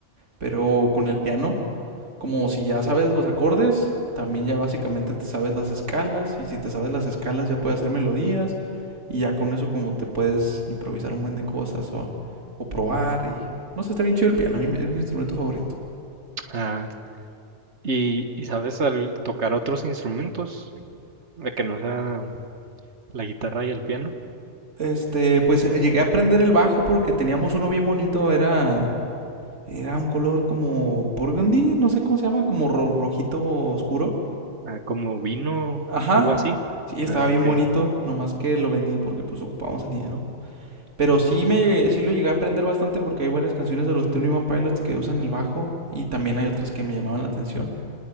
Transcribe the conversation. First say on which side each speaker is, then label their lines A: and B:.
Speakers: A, on the right; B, on the right.
A: Pero con el piano, como si ya sabes los acordes, también ya básicamente te sabes las escalas, y si te sabes las escalas ya puedes hacer melodías, y ya con eso como te puedes improvisar un buen de cosas o, o probar, y no sé, está bien chido el piano, a mí es mi instrumento favorito.
B: Ah, Y, y sabes, al tocar otros instrumentos, de que no sea la guitarra y el piano,
A: Este, pues llegué a aprender el bajo porque teníamos uno bien bonito, era Era un color como burgundy, no sé cómo se llama, como ro- rojito oscuro.
B: ah, como vino,
A: Ajá.
B: algo así.
A: Sí, estaba
B: Ah,
A: bien
B: ok.
A: bonito, nomás que lo vendí porque pues ocupábamos el dinero. Pero sí me sí lo llegué a aprender bastante porque hay varias canciones de los Twenty One Pilots que usan el bajo y también hay otras que me llamaban la atención.